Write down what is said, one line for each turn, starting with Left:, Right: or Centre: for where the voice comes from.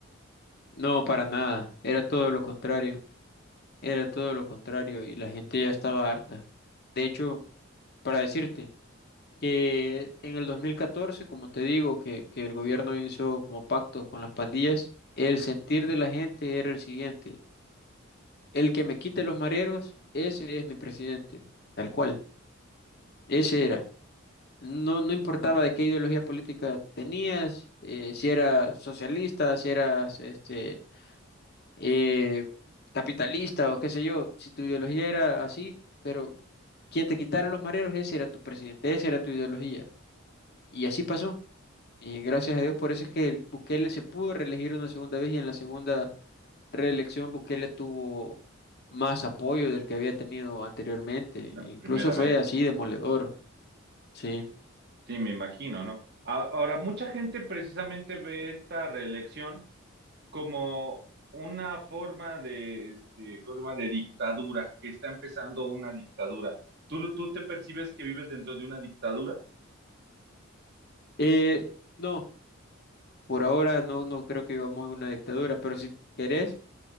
Left: No, para nada. Era todo lo contrario. Era todo lo contrario y la gente ya estaba harta. De hecho, para decirte que en el 2014 como te digo, que, que el gobierno inició como pactos con las pandillas, el sentir de la gente era el siguiente. El que me quite los mareros, ese es mi presidente, tal cual. Ese era. No, no importaba de qué ideología política tenías, eh, si eras socialista, si eras este, eh, capitalista o qué sé yo, si tu ideología era así, pero quien te quitara los mareros, ese era tu presidente, esa era tu ideología. Y así pasó. Y gracias a Dios, por eso es que Bukele se pudo reelegir una segunda vez y en la segunda reelección Bukele tuvo más apoyo del que había tenido anteriormente.
Right: la
Left: Incluso
Right: primera
Left: fue
Right: vez.
Left: así demoledor, sí.
Right: Sí, me imagino, ¿no? A- Ahora, mucha gente precisamente ve esta reelección como una forma de, este, ¿cómo se llama? de dictadura, que está empezando una dictadura. ¿Tú, ¿Tú te percibes que vives dentro de una dictadura?
Left: Eh, no, por ahora no, no creo que vivamos en una dictadura, pero si querés,